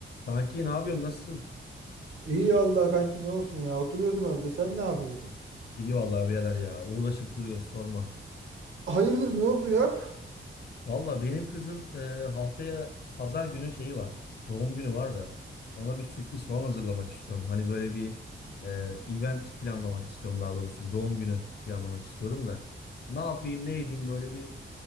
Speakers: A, on the left; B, on the right.
A: Kanki ne yapıyorsun? Nasılsın?
B: İyi vallahi kanki ne olsun ya. Oturuyordum evde. Sen ne yapıyorsun?
A: İyi vallahi birader ya. Uğraşıp duruyoruz. sorma.
B: Hayırdır ne oldu ya?
A: Valla benim kızın e, haftaya pazar günü şeyi var. Doğum günü var da. Ona bir sürpriz falan hazırlamak istiyorum. Hani böyle bir e, event planlamak istiyorum daha doğrusu. Bir doğum günü planlamak istiyorum da. Ne yapayım ne edeyim böyle bir